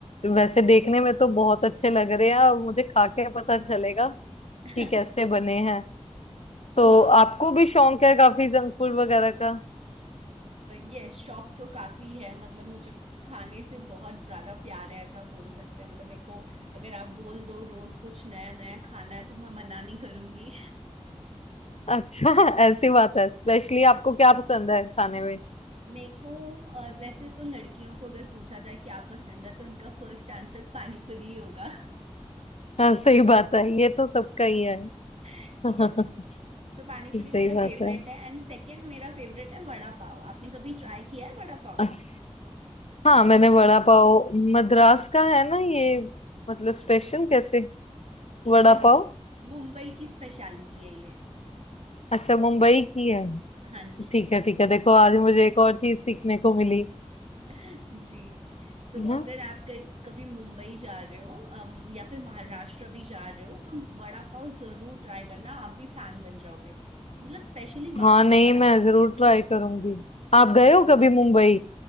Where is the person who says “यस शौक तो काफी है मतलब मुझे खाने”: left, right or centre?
Right